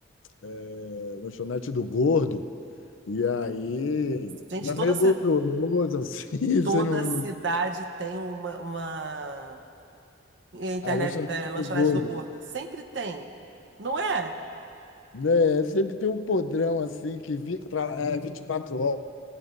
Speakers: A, on the left; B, on the right.
A: Eh, lanchonete do Gordo. E aí,
B: Gente,
A: era
B: toda,
A: meio gorduroso,
B: ci-
A: assim, <laughs>
B: toda
A: você não,
B: cidade
A: não,
B: tem uma, uma internet,
A: a lanchonete
B: é, lanchonete
A: do Gordo.
B: do gordo. Sempre tem. Não é?
A: né, sempre tem um podrão assim que vi, pra, é, 24 horas,